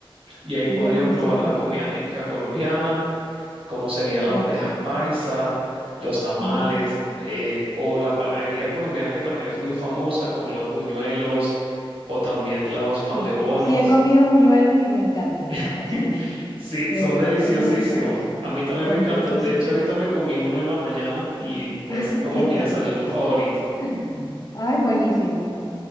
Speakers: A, on the right; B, on the left.
A: y ahí
B: buenísimo,
A: podrían probar la comida típica colombiana, como sería la
B: perfecto.
A: bandeja paisa, los tamales,
B: Mm,
A: eh, o la panadería colombiana que también es muy famosa, como los buñuelos o también los pan
B: Sí,
A: de bonos.
B: sí he comido muñuelos y me encantan, me
A: <laughs>
B: fascinan.
A: Sí,
B: De
A: son
B: verdad,
A: deliciosísimos.
B: son uno de mis favoritos.
A: A mí también
B: Son
A: me encantan.
B: riquísimos.
A: De hecho, ahorita me comí uno en la mañana y
B: <laughs>
A: es
B: Ah,
A: como
B: ¿Qué
A: mi
B: tal?
A: desayuno favorito.
B: <laughs> Ay, buenísimo.